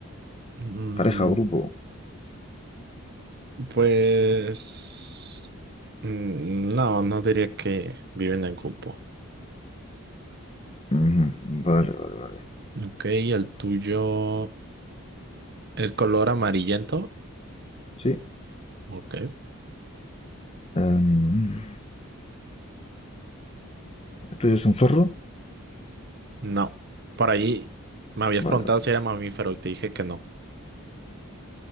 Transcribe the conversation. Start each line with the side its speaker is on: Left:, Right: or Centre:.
Right: Mm,
Left: Pareja, grupo.
Right: pues mm, no, no diría que vive en el grupo.
Left: Ujú, Vale, vale, vale.
Right: Ok, el tuyo es color amarillento.
Left: Sí.
Right: Ok,
Left: Em, ¿el tuyo es un zorro?
Right: no. Por ahí me habías
Left: Vale,
Right: preguntado si era mamífero y te dije que no.